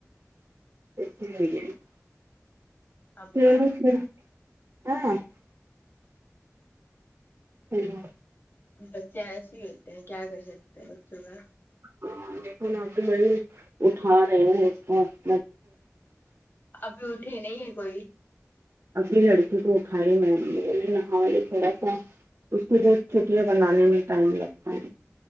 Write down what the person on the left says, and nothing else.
باپ باپ،
بچے ایسے ہی ہوتے ہیں کیا کر سکتے ہیں بچوں کا
ابھی اٹھی نہیں ہے کوئی بھی